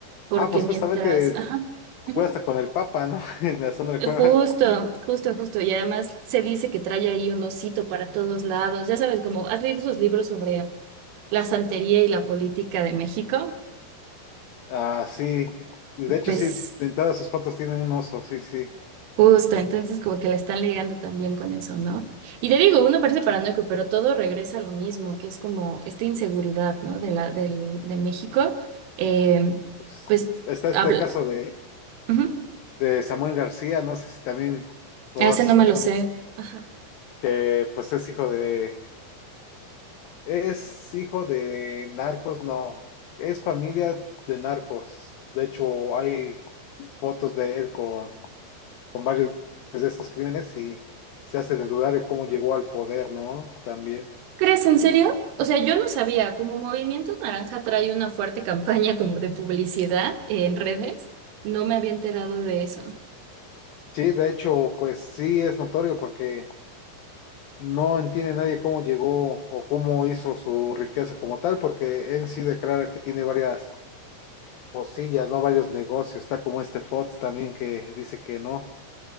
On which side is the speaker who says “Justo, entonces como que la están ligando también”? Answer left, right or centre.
Right